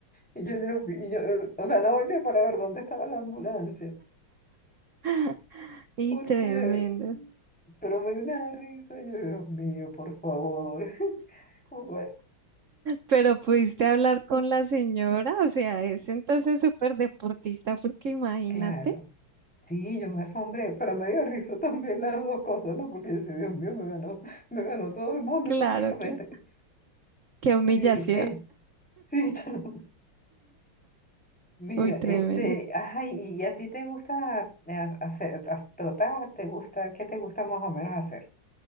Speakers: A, in the centre; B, on the right.
A: Y yo, Dios mío, y yo, o sea, no volteé para ver dónde estaba la ambulancia.
B: <laughs> Y
A: porque,
B: tremendo.
A: pero me dio una risa, yo, Dios mío, por favor. <laughs> Bueno,
B: Pero pudiste hablar con la señora, o sea, es entonces súper deportista, porque imagínate.
A: Claro, sí, yo me asombré, pero me dio risa también las dos cosas, ¿no? Porque yo decía, Dios mío, me ganó, me ganó todo el mundo
B: Claro,
A: prácticamente.
B: claro. Qué humillación.
A: Sí, eh, sí, <laughs> yo- mira,
B: Uy, tremendo.
A: este, ajá, ¿y, y a ti te gusta eh, hacer, as- trotar? ¿Te gusta, qué te gusta más o menos hacer?